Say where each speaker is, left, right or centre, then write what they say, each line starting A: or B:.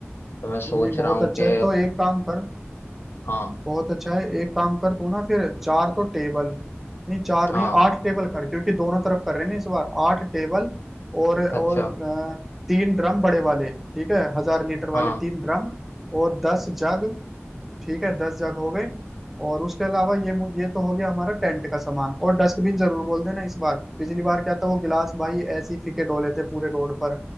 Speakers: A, on the left; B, in the centre.
A: तो मैं सोच
B: नहीं बहुत
A: रहा हूँ
B: अच्छा
A: कि
B: है तो एक काम कर
A: हाँ
B: बहुत अच्छा है एक काम कर तू ना फिर चार तो टेबल नहीं चार
A: हाँ
B: नहीं आठ टेबल कर क्योंकि दोनों तरफ कर रहे हैं ना इस बार आठ टेबल और और
A: अच्छा
B: अ, तीन ड्रम बड़े वाले ठीक है हजार लीटर वाले
A: हाँ
B: तीन ड्रम और दस जग ठीक है दस जग हो गए और उसके अलावा ये मु- ये तो हो गया हमारा टेंट का सामान और डस्टबिन जरूर बोल देना इस बार पिछली बार क्या था वो गिलास भाई ऐसे ही फीके डोले थे पूरे रोड पर